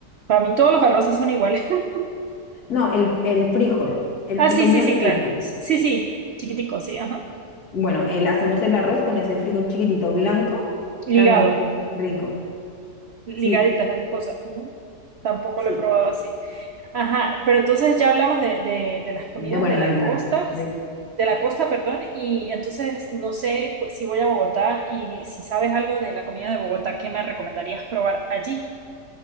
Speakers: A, on the right; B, on the left.
A: para mí todos los arroces son iguales. <laughs>
B: No, el, el frijol, el
A: Ah,
B: frijol
A: sí, sí,
B: blanquito.
A: sí, claro. Sí, sí, chiquitico, sí, ajá.
B: Bueno, el, hacemos el arroz con ese frijol chiquitito blanco,
A: Ligado.
B: también que es rico.
A: ligaditas
B: Sí,
A: las dos cosas. ¿no? Tampoco
B: sí,
A: lo he probado así. Ajá, pero entonces ya hablamos de, de, de las comidas
B: de, bueno,
A: de la
B: de la,
A: costa,
B: del-
A: de la costa, perdón, y entonces no sé si voy a Bogotá y si sabes algo de la comida de Bogotá, ¿qué me recomendarías probar allí?